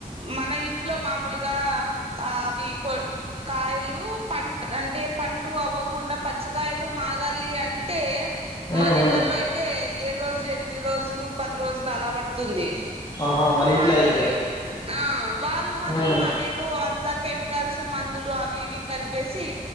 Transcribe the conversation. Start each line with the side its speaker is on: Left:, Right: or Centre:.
Right: మన ఇంట్లో మామూలుగా ఆ అవి కో కాయలు పం అంటే పండు అవ్వకుండా పచ్చికాయలు మాగాలి అంటే
Left: ఉమ్
Right: మన ఇళ్ళల్లో
Left: ఉమ్
Right: అయితే ఏడురోజులు ఎనిమిది రోజులు పది రోజులు అలా పడుతుంది
Left: ఆహా మన ఇంట్లో
Right: కానీ
Left: అయితే
Right: ఆ వాళ్ళు మాత్రం
Left: ఉమ్
Right: అవేవో అంత కెమికల్స్ మందులు అవి ఇవి కలిపేసి